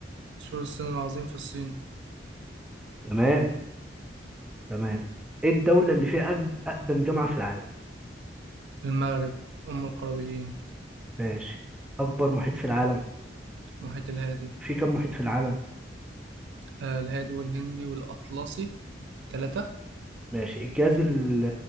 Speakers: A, on the right; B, in the centre.
A: سور الصين العظيم في الصين
B: تمام تمام ايه الدولة اللي فيها أج- أقدم جامعة في العالم؟
A: المغرب أم القرويين
B: ماشي أكبر محيط في العالم
A: المحيط الهادي
B: في كم محيط في العالم؟
A: آه الهادي والهندي والأطلسي ثلاثة
B: ماشي الجهاز اللي